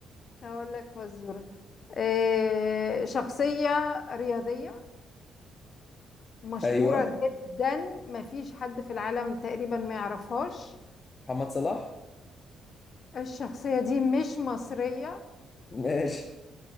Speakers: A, on the left; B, on the left.
A: هقول لك فزورة إيه شخصية رياضية مشهورة
B: ايوه
A: جدا مفيش حد في العالم تقريبا ما يعرفهاش
B: محمد صلاح
A: الشخصية دي مش مصرية
B: ماشي